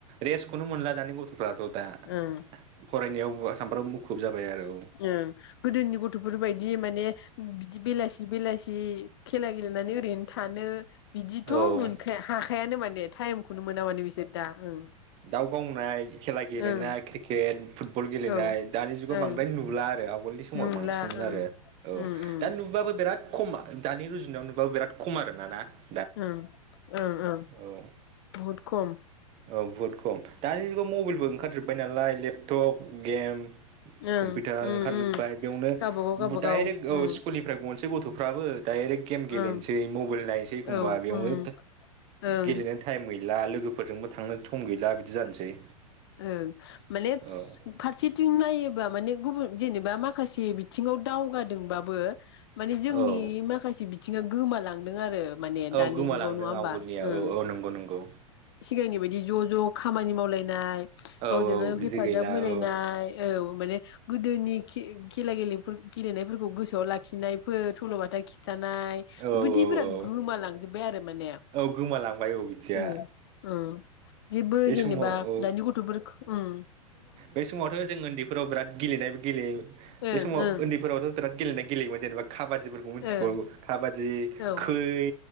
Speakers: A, on the right (about 30°); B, on the left (about 45°).
A: रेस्थखौनो मोनला दानि गथ' फ्राथ' दा
B: ओं
A: फरायनायाव बा सानफ्रामबो मुखुब जाबाय आरो औ
B: ओम गोदोनि गथ'फोर बायदि माने बिदि बेलासि बेलासि इ खेला गेलेनानै ओरैनो थानो बिदिथ'
A: औ
B: मोनखाया
A: औ
B: हाखायानो माने ने टाइम खौनो मोना माने बिसोर दा ओं
A: दाव गावनाय खेला गेलेनाय
B: ओं
A: क्रिकेट फुटबल गेलेनाय
B: औ
A: दानि जुगाव बांद्राय
B: ओं
A: नुला आरो आवगोलनि समाव
B: नुला
A: बांसिनमोन
B: ओं
A: आरो औ
B: उम उम
A: दा नु बाबो बिराद खम दानि रुजुनायाव नुबाबो बिराद खम आरो ना दा
B: उम उम उम
A: औ
B: बहुत खम
A: औ बुहुद खम दानि जुगाव मबाइलबो ओंखारजोब्बाय नालाय लेपटप गेम
B: ओं
A: कम्पिउटार
B: उम
A: ओंखारजोब्बाय
B: उम
A: बेयावनो
B: गावबागाव गावबागाव
A: डाइरेक्ट औ
B: उम
A: स्कुलनि फ्राय गनोसै गथ'फ्राबो डाइरेक्ट गेम गेलेनोसै
B: ओं
A: मबाइल नायनोसै एखमबा
B: औ
A: बेयावनो
B: उम ओं
A: गेलेनो टाइम गैला लोगोफोरजोंबो थांनो सम गैला बिदि जानोसै
B: ओ माने
A: औ
B: फारसेथिं नायोबा माने गुबुन जेनेबा माखासे बिथिङाव दावगादोंबाबो माने जोंनि
A: औ
B: माखासे बिथिङा गोमालांदों आरो माने
A: औ
B: दानि
A: गोमालांदों
B: जुगाव नङा
A: आवगोलनिया
B: होमबा
A: औ
B: ओं
A: औ नंगौ नंगौ
B: सिगांनि बायदि ज' ज' खामानि मावलायनाय
A: औ
B: गावजोंगाव
A: बिदि
B: हेफाजाब
A: गैला
B: होलायनाय
A: औ औ
B: औ माने गोदोनि ए गिला गेलेफोर गेलेनायफोरखौ गोसोआव लाखिनायफोर सल'बाथा खिन्थानाय
A: औ
B: बेबायदिफोरा
A: औ
B: गोमालांजोबबाय आरो माने
A: औ गोमालांबाय औ बिदिया
B: ओम ओम जेबो
A: बे
B: जेनेबा
A: समाव औ
B: दानि गथ'फोर ओम
A: बे समावथ' जों उन्दैफोराव बिराद गेलेनायबो गेलेयो बे
B: ओं
A: समाव
B: ओं
A: उन्दैफोरावथ' बिराद गेलेनाय गेलेयोमोन जेनेबा खाबादिफोरखौ मोनथिगौ
B: ओं
A: खाबादि
B: औ
A: खै,